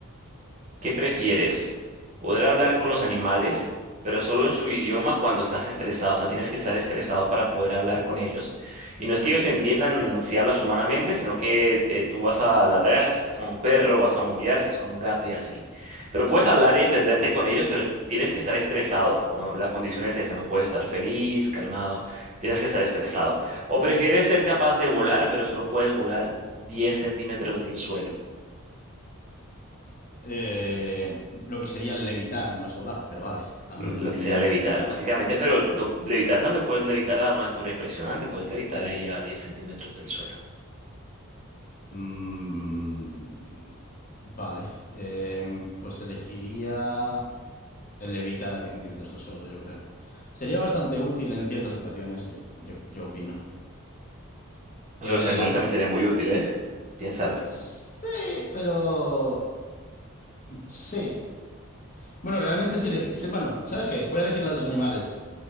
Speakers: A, on the right; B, on the left.
A: ¿Qué prefieres? ¿Poder hablar con los animales, pero solo en su idioma cuando estás estresado? O sea, tienes que estar estresado para poder hablar con ellos. Y no es que ellos te entiendan si hablas humanamente, sino que eh, tú vas a ladrar, si estás con un perro, vas a mollar, si es con un gato y así. Pero puedes hablar y entenderte con ellos, pero tienes que estar estresado, ¿no? La condición es esa, no puedes estar feliz, calmado, tienes que estar estresado. ¿O prefieres ser capaz de volar, pero solo puedes volar 10 centímetros del suelo?
B: Eh, lo que sería levitar, no es volar, pero vale. Am,
A: mm, lo que sería levitar, básicamente, pero lo- levitar también puedes levitar a una altura impresionante, puedes levitar ahí a 10 centímetros del suelo.
B: mm, vale. Em, pues elegiría el levitar a 10 centímetros del suelo, yo creo. Sería bastante útil en ciertas situaciones, yo, yo, yo opino.
A: A
B: El,
A: los animales también sería muy útil, ¿eh? Piénsalo.
B: Sí, pero sí. Bueno, realmente sí elegí. sí, bueno, ¿sabes qué? Voy a elegir la de los animales.